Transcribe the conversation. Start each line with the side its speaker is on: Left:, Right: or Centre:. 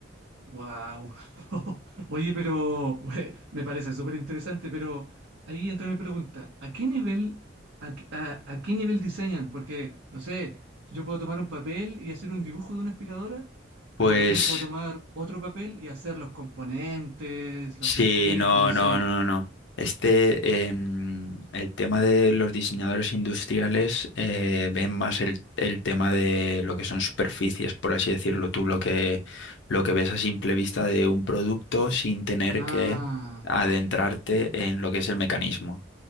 Right: Wow. <laughs> Oye, pero eh, me parece súper interesante, pero ahí entra mi pregunta. ¿A qué nivel, a, qué a- a qué nivel diseñan? Porque, no sé, yo puedo tomar un papel y hacer un dibujo de una aspiradora, pero
Left: Pues
Right: también puedo tomar otro papel y hacer los componentes, los
Left: Sí,
Right: circuitos,
Left: no,
Right: no sé.
Left: no, no, no. no. Este, em, el tema de los diseñadores industriales eh, ven más el, el tema de lo que son superficies, por así decirlo tú, lo que, lo que ves a simple vista de un producto sin tener
Right: Ah,
Left: que adentrarte en lo que es el mecanismo.